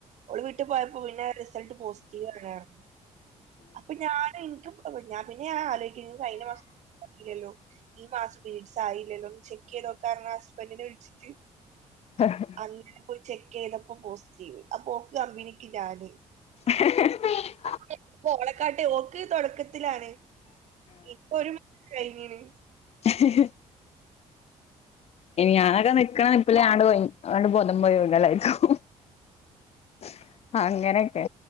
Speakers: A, on the right; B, on the left.
A: ഓള് വീട്ട് പോയപ്പോ പിന്നെ റിസൾട്ട് പോസിറ്റീവ് ആണ് പർഞ് അപ്പൊ ഞാനൻക്കും ഞാൻ പിന്നെ ആലോയ് കഴിഞ്ഞ മാസം ആയില്ലല്ലോ ഈ മാസം പിരിഡ്സ് ആയില്ലല്ലോന്ന് ചെക്ക് ചെയ്തോ കാരണം ഹസ്ബന്റിനെ വിളിച്ചിട്ട്
B: <unintelligible>
A: അന്നെനെ പോയി ചെക്ക് ചെയ്തപ്പോ പോസിറ്റീവ് അപ്പോക്ക് കമ്പനിക്ക് ഞാന്
B: <unintelligible>
A: അപ്പൊ <unintelligible> ഓളക്കാട്ട് ഓക്ക് തൊടക്കത്തിലാണ് ഇപ്പൊ ഒരു കൈഞ്ഞിണ്
B: <unintelligible> ഞാനൊക്കെ നിക്കണ നിപ്പില് ആട് ബോധം പോയി വീകലായിക്കും <inaudible> അങ്ങനെയൊക്കെ